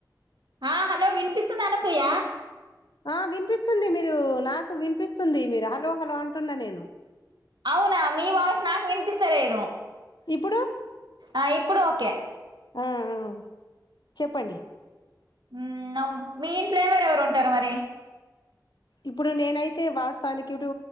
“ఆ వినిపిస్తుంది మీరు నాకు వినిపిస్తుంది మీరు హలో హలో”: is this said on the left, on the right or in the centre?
Left